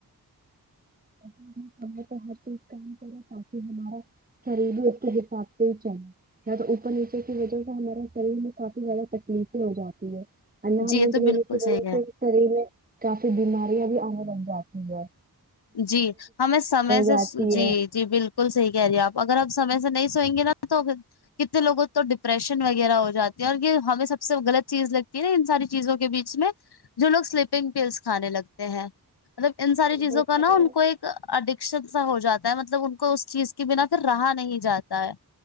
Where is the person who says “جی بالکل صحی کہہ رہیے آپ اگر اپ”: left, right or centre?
Left